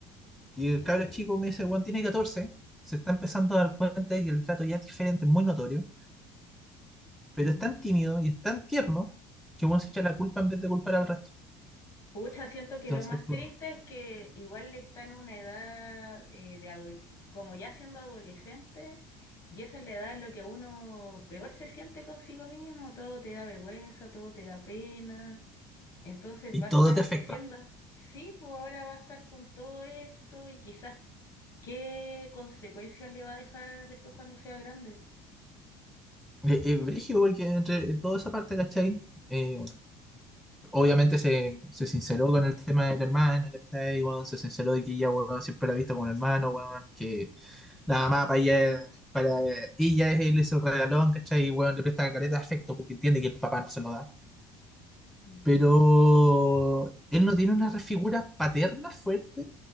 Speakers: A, in the centre; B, on the left (about 55°).
A: Y el
B: o-
A: cabro chico me dice, weón, tiene 14. Se está empezando a dar cuenta de que el trato ya es diferente, muy notorio. Pero
B: mm.
A: es tan tímido y es tan tierno que, weón, se echa la culpa en vez de culpar al resto.
B: Pucha, siento que
A: Entonces,
B: lo más
A: fue
B: triste
A: como-
B: es que igual está en una edad eh, de adol- como ya siendo adolescente, y esa es la edad en la que uno peor se siente consigo mismo, todo te da vergüenza, todo te da pena. Entonces
A: y
B: va
A: todo
B: a estar
A: te afecta.
B: creciendo. Sí, pues ahora va a estar con todo esto y quizás qué consecuencias le va a dejar después cuando sea grande.
A: Es brígido porque entre toda esa parte, ¿cachai? Eh, obviamente se, se sinceró con el tema del hermano, ¿cachai? Weón, se sinceró de que ella, weón, siempre la ha visto como un hermano, weón, que la mamá para ella, para ella es, él es el regalón, ¿cachai? Y, weón, le presta careta de afecto porque entiende que el papá no se lo da.
B: Mm,
A: Pero él no tiene una figura paterna fuerte